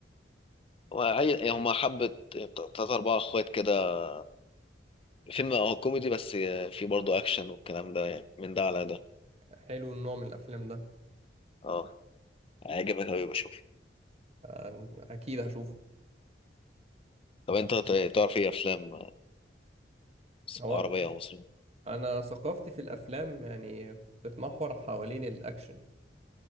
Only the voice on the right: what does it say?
حلو النوع من الأفلام ده
أنا أكيد هشوفه
هو
أنا ثقافتي في الأفلام يعني بتتمحور حوالين الأكشن